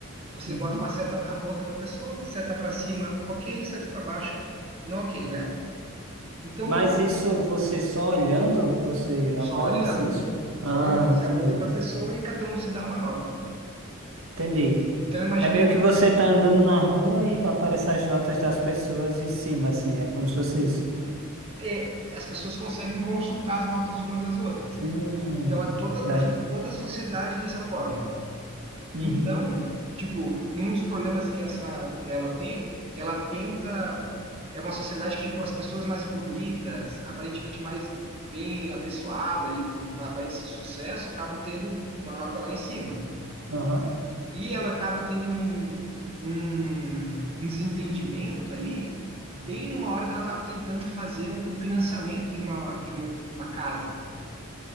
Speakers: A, on the right; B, on the right.
A: Você
B: Uhum.
A: bota uma seta, aponta para a pessoa, seta para cima, ok, seta para baixo, não ok, né? Então,
B: Mas isso você só olhando, você
A: só
B: aparece
A: olhando,
B: isso?
A: só
B: Ah,
A: olhando, você
B: entendi.
A: aponta para a pessoa e cada um se dá uma nota.
B: Entendi.
A: Então, imagina
B: É meio que você tá andando na rua e aparecem as notas das pessoas em cima, assim. É como se fosse isso.
A: é, as pessoas conseguem consultar as notas umas das outras.
B: Hum,
A: Então, é toda,
B: é.
A: imagina toda a sociedade dessa forma.
B: Uhum.
A: Então, tipo, um dos problemas que essa ela tem, que ela tenta é uma sociedade que tipo as pessoas mais bonitas, aparentemente mais bem apessoadas ali com aparência de sucesso, acabam tendo uma nota lá em cima.
B: Aham.
A: E ela acaba tendo um, um, um desentendimento ali, bem numa hora que ela estava tentando fazer um financiamento de uma, de uma casa,